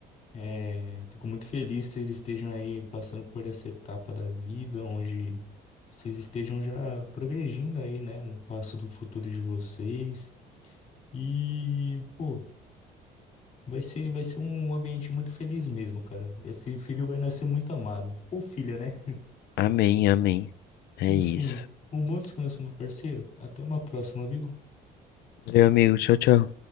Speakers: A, on the left (about 40°); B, on the left (about 75°).
A: É, fico muito feliz que vocês estejam aí passando por essa etapa da vida, onde vocês estejam já progredindo aí, né? Um passo do futuro de vocês. E, pô. Vai ser, vai ser um ambiente muito feliz mesmo, cara. Esse filho vai nascer muito amado. Ou filha, né?
B: Amém, amém. É
A: Enfim,
B: isso.
A: um bom descanso, meu parceiro. Até uma próxima, viu?
B: Meu amigo, tchau, tchau.